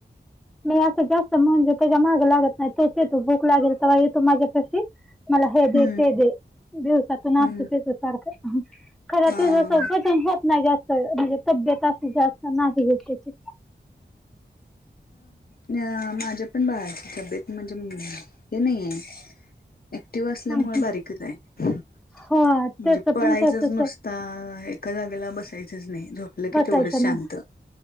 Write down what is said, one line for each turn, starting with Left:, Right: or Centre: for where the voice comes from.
Centre: मी असं जास्त म्हणजे त्याच्या माग लागत नाही तोच येतो भूक लागेल तेव्हा येतो माझ्या पाशी मला हे दे
Left: हम्म
Centre: ते दे दिवसातून
Left: हम्म
Centre: असत त्याच सारखं खर
Left: हा
Centre: तत्याच होत नाही जास्त म्हणजे तब्येत अशी जास्त नाही त्याची
Left: माझ्या पण बाळाची तब्येत म्हणजे मम् हे नाही आहे ऍक्टिव्ह असल्यामुळे
Centre: त्याची
Left: बारीकच आहे म्हणजे
Centre: हो त्याच
Left: पळाईच
Centre: पण तसच
Left: नुसता
Centre: आहे
Left: आता एका जागेला बसायचंच नाही झोपलं
Centre: बसायचं
Left: की तेवढंच शांत
Centre: नाही